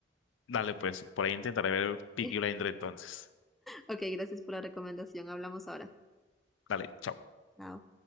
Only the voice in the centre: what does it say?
<laughs>
Ok, gracias por la recomendación. Hablamos ahora.
Chao.